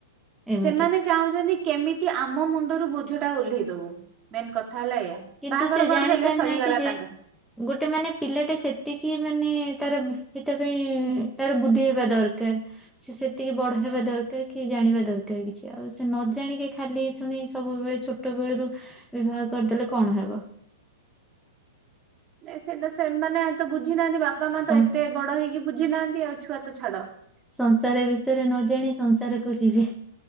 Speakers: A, in the centre; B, on the right.
A: ଏମିତି
B: ସେମାନେ ଚାହୁଁଛନ୍ତି କେମିତି ଆମ ମୁଣ୍ଡରୁ ବୋଝ ଟା ଓହ୍ଲେଇ ଦବୁ। ମେନ୍ କଥା ହେଲା ଏୟା
A: କିନ୍ତୁ
B: ବାହାଘର
A: ସେ
B: କରିଦେଲେ
A: ଜାଣି ପାରୁନାହାନ୍ତି
B: ସରିଗଲା
A: ଯେ
B: ତାଙ୍କ
A: ଗୋଟେ ମାନେ ପିଲାଟେ ସେତିକି ମାନେ । ତାର ବ ସେଥିପାଇଁ ତାର ବୁଦ୍ଧି ହେବା ଦରକାର ସେ ସେ ଟିକେ ବଡ
B: ହୁଁ।
A: ହେବା ଦରକାର କି ଜାଣିବା ଦର କାର କିଛି ଆଉ ସେ ନ ଜାଣିକି ଖାଲି ଶୁଣି ସବୁବେଳେ ଛୋଟ ବେଳୁରୁ। ବିବାହ କରିଦେଲେ କଣ ହେବ।
B: ନାଇ ସେଟା ସେମାନେ ତ ବୁଝି ନାହାନ୍ତି ବାପା ମା
A: ସଂସ୍
B: ତ ଏତେ ବଡ ହେଇକି ବୁଝି ନାହାନ୍ତି ଆଉ। ଛୁଆ ତ ଛାଡ।
A: ସଂସାର ବିଷୟରେ ନ ଜାଣି ସଂସାରକୁ ଯିବେ